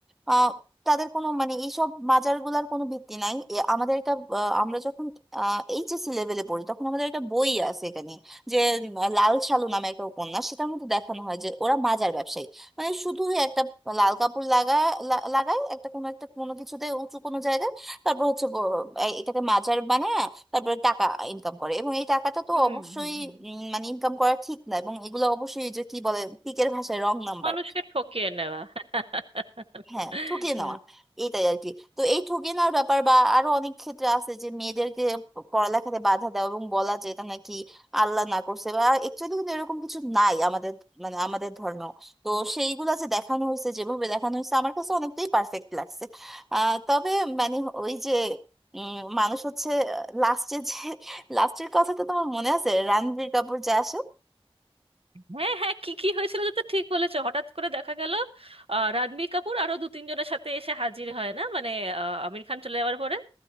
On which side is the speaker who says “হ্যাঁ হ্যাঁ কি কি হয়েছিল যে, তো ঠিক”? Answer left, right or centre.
Right